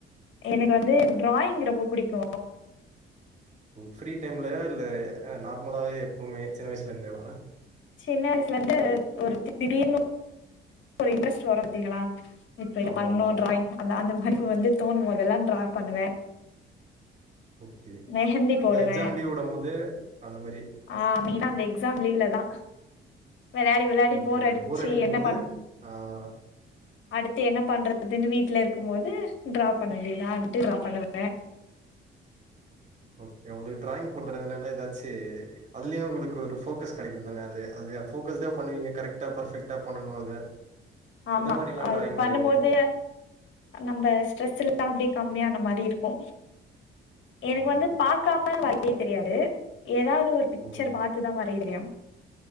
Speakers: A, on the left; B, on the right.
A: எனக்கு வந்து டிராயிங் ரொம்ப பிடிக்கு
B: ஃப்ரீ டைம்லய இல்ல நார்மலாவே எப்பவுமே சின்ன வயசுல இருந்தேவா
A: சின்ன வயசுல இருந்து ஒரு திடீர்னு ஒரு இன்டரெஸ்ட் வரு பாத்தீங்களா இப்ப இத
B: ஆமா
A: பண்ணு
B: ஆமா
A: டிராயிங் அது அந்த மாரி வந்து தோணும் போதெல்லா டிரா பண்ணுவே
B: ஓகே
A: மெஹந்தி போடுவே
B: அதா எக்ஸாம் லீவ் விடும் போது அந்த மாதிரி
A: ஆ மெய்னா அந்த எக்ஸாம் லீவ்ல தா வெளாடி வெளாடி
B: ஓகே
A: போர்
B: அது
A: அடிச்சு
B: அடிக்கும்போது
A: என்ன பண்
B: ஆ
A: அடுத்து என்ன பண்றதுன்னு வீட்ல இருக்கும்போது ட்ரா பண்ண வேண்டியதான்ட்டு ட்ரா பண்ணுவே
B: ஓகே உங்களுக்கு ட்ராயிங் பண்றதுனால ஏதாச்சு அதுலயு உங்களுக்கு ஒரு ஃபோக்கஸ் கிடைக்கு தானே அது அது ஃபோகஸ்டா பண்ணுவீங்க கரெக்டா ஃபர்பெக்ட்டா பண்ணனு அத
A: ஆமா
B: எந்த மாரிலா
A: அது
B: டிராயிங்
A: பண்ணு
B: வரைவீங்க?
A: போது நம்ம ஸ்ட்ரெஸ் இருந்தா அப்டியே கம்மியான மாரி இருக்கு எனக்கு
B: ஆம்
A: வந்து பா பக்காம வரைய தெரியாது ஏதாவது ஒரு பிக்சர்
B: ஓ
A: பார்த்துதா வரைய தெரியு